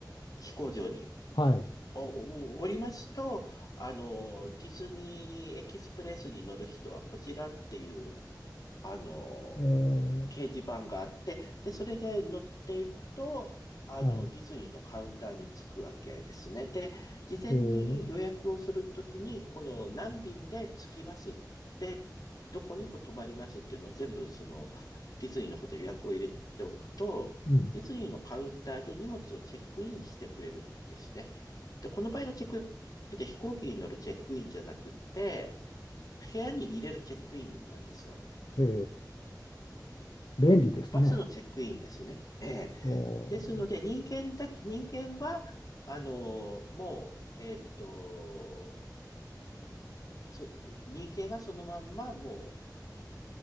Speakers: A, on the left (about 55°); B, on the left (about 80°).
A: 飛行場に
B: はい。
A: お、おおりますと、あの、ディズニーエキスプレスに乗る人はこちらっていう、あの、
B: え
A: 掲示板があって、で、それで乗っていくと、あの、
B: ー、はい。
A: ディズニーのカウンターに着くわけですね。で、事前に予約をするときに、
B: おー、
A: この何便で着きますって、どこに泊まりますっていうのを全部、その、ディズニーの方で予約を入れておくと、
B: うん。
A: ディズニーのカウンターで荷物をチェックインしてくれるんですね。で、この場合のチェックインって飛行機に乗るチェックインじゃなくて、部屋に入れるチェックインなんですよ。
B: へえー、便利ですね。
A: バスのチェックインですね。ええ
B: おー、
A: ですので、人間だけ、人間は、あの、もう、えっと、そ、人間はそのまんま、も